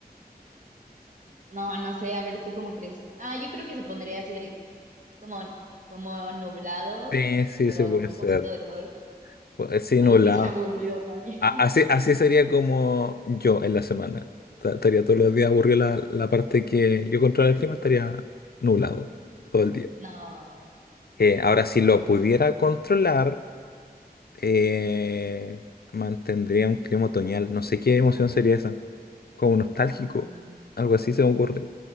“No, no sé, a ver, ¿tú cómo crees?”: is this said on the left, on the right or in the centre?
Right